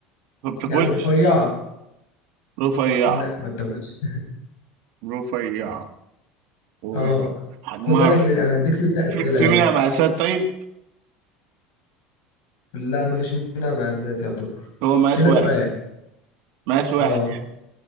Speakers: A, on the right; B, on the left.
A: ما بتاكلش
B: يعني رفيعة
A: رفيع
B: لا ما بتاكلش
A: رفيع وحجمها
B: اه خد بالك
A: رفيع
B: ل... انا هديك ست اسئلة
A: في في
B: يلا
A: منها مقاسات طيب
B: لا ما فيش منها مقاسات يعتبر
A: هو مقاس
B: كده
A: واحد
B: سؤال
A: مقاس واحد
B: اه
A: يعني